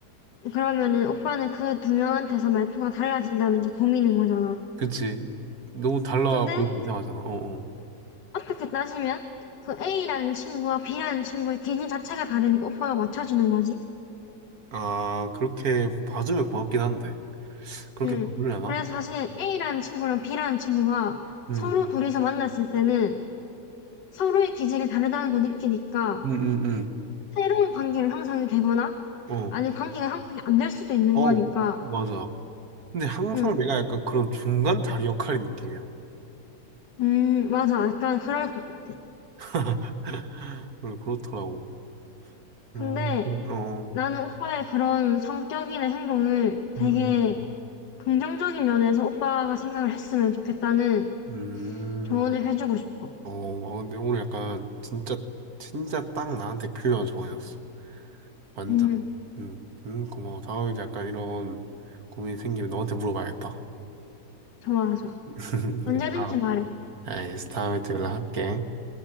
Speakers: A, on the left; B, on the right.
A: 그러면은 오빠는 그 두 명한테서 말투가 달라진다는 게 고민인 거잖아.
B: 그치. 너무 달라
A: 근데
B: 보이면 이상하잖아. 어 어.
A: 어떻게 따지면 그 A라는 친구와 B라는 친구의 기질 자체가 다르니까 오빠가 맞춰주는 거지.
B: 아 그렇게 봐주면 고맙긴 한데. 그렇게
A: 응.
B: 바꾸려나?
A: 그래서 사실 A라는 친구랑 B라는 친구가
B: 음,
A: 서로 둘이서 만났을 때는 서로의 기질이 다르다는 걸 느끼니까
B: 음, 음,
A: 새로운 관계를 형성이 되거나
B: 음. 어,
A: 아니면 관계가 형성이 안 될 수도 있는
B: 어,
A: 거니까.
B: 맞아. 근데 항상
A: 응.
B: 내가 약간 그런 중간 다리 역할인 느낌이야.
A: 음, 맞아. 약간 그럴 것 같아.
B: <laughs> 그래, 그렇더라고.
A: 근데
B: 음, 음, 어, 어.
A: 나는 오빠의 그런 성격이나 행동을 되게
B: 음, 음.
A: 긍정적인 면에서 오빠가 생각을 했으면 좋겠다는
B: 음.
A: 조언을 해주고 싶어.
B: 어, 어, 근데 오늘 약간 진짜, 진짜 딱 나한테 필요한 조언이었어. 완전.
A: 응,
B: 음, 음, 고마워. 다음에도 약간 이런 고민이 생기면 너한테 물어봐야겠다.
A: 좋아서.
B: <laughs>
A: 언제든지
B: 그래서 다음,
A: 말해.
B: 알겠어. 다음에 또 연락할게.